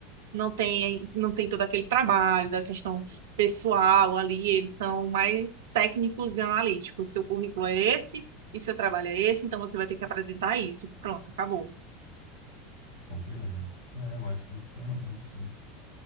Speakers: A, on the right; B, on the left.
A: não tem, não tem todo aquele trabalho da questão pessoal ali, eles são mais técnicos e analíticos. Seu currículo é esse e seu trabalho é esse, então você vai ter que apresentar isso. Pronto, acabou.
B: compreendo. É, eu acho que você tem razão, sim.